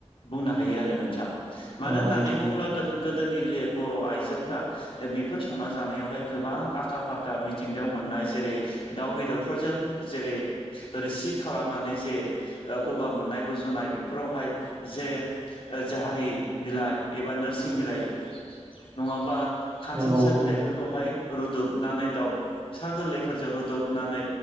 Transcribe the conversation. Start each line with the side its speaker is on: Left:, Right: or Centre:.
Left: बुंनो हायो आरो नोंथां मानो
Right: नंगौ
Left: होननानै
Right: नोंथां
Left: बुङोब्ला गो-गोदोनि बे बर' आइजोफ्रा ओ बेफोर संना जानायावहाय गोबां आखा फाखा मिथिंगायाव मोननाय जेरै दाउ बेदरफोरजों जेरै रोसि खालामनानै जे ओ गगा मोननाय गुजुनाय बेफोरावहाय जे ओ जाहारि बिलाइ एबा नोरसिं बिलाइ नङाबा खानसिनसा
Right: नंगौ
Left: बिलाइफोरखौहाय रुदबनानै दाउ फिसा गोरलैफोरजों रुदबनानै